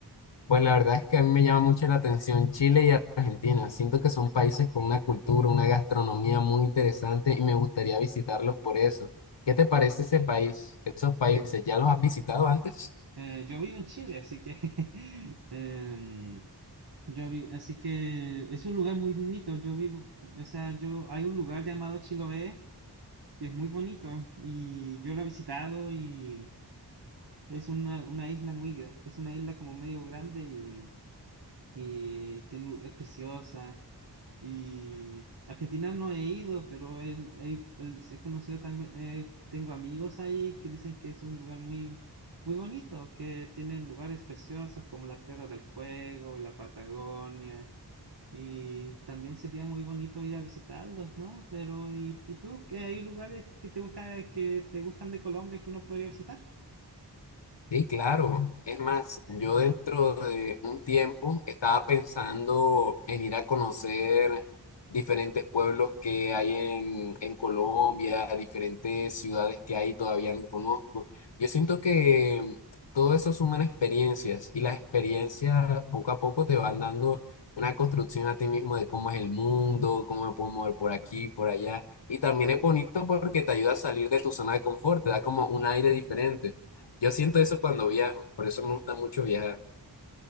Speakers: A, on the left; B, on the right.
A: Pues la verdad es que a mí me llama mucho la atención Chile y Argentina. Siento que son países con una cultura, una gastronomía muy interesante y me gustaría visitarlos por eso. ¿Qué te parece ese país, esos países? ¿Ya los has visitado antes?
B: Eh, yo vivo en Chile, así que <laughs> em, Yo vi- así que es un lugar muy bonito. Yo vivo, o sea, yo hay un lugar llamado Chiloé que es muy bonito y yo lo he visitado y es una, una isla muy, gra- es una isla como medio grande y, y tiene- es preciosa. Y Argentina no he ido, pero el- el- el- he conocido también, eh, tengo amigos ahí que dicen que es un lugar muy, muy bonito, que tiene lugares preciosos como la Tierra del Fuego y la Patagonia. Y también sería muy bonito ir a visitarlos, ¿no? Pero, ¿y, y tú? ¿Qué hay lugares que te gusta, que te gustan de Colombia que uno podría visitar?
A: Sí, claro. Es más, yo dentro de un tiempo estaba pensando en ir a conocer diferentes pueblos que hay en, en Colombia, diferentes ciudades que hay todavía no conozco. Yo siento que todo eso suman experiencias y las experiencias poco a poco te van dando una construcción a ti mismo de cómo es el mundo, cómo me puedo mover por aquí, por allá. Y también es bonito porque te ayuda a salir de tu zona de confort, te da como un aire diferente. Yo siento eso cuando viajo, por eso me gusta mucho viajar.